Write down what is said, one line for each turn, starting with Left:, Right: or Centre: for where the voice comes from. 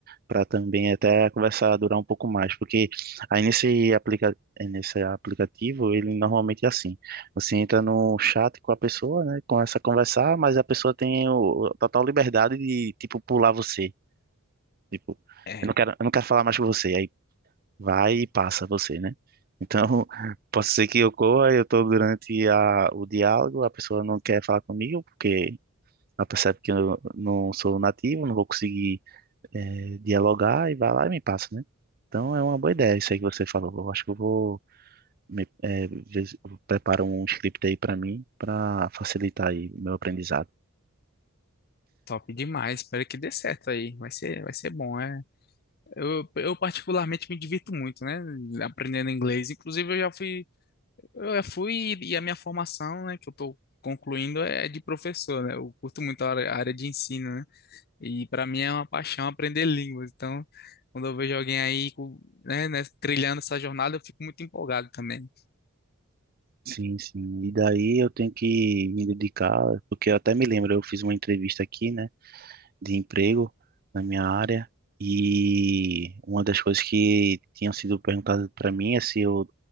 Right: para também até a conversa durar um pouco mais, porque aí nesse aplica eh, nesse aplicativo ele normalmente é assim, você entra no chat com a pessoa, né, começa a conversar, mas a pessoa tem o, total liberdade de tipo pular você Tipo,
Left: é
Right: eu não quero, eu não quero falar mais com você. Aí vai e passa você, né? Então, <laughs> posso ser que ocorra, eu tô durante a, o diálogo, a pessoa não quer falar comigo, porque ela percebe que eu não sou nativo, não vou conseguir eh, dialogar, e vai lá e me passa, né? Então, é uma boa ideia isso aí que você falou. Eu acho que eu vou me, eh, ver se eu preparo um script aí para mim, para facilitar aí o meu aprendizado.
Left: top demais. Espero que dê certo aí. Vai ser, vai ser bom, é. Eu, eu particularmente me divirto muito, né? Aprendendo inglês. Inclusive, eu já fui, eu já fui e a minha formação, né, que eu tô concluindo é de professor, né? Eu curto muito a área, a área de ensino, né? E para mim é uma paixão aprender línguas. Então, quando eu vejo alguém aí, com- né, né, trilhando essa jornada, eu fico muito empolgado também.
Right: Sim, sim. E daí eu tenho que me dedicar, porque eu até me lembro, eu fiz uma entrevista aqui, né? de emprego na minha área e uma das coisas que tinham sido perguntadas para mim é se eu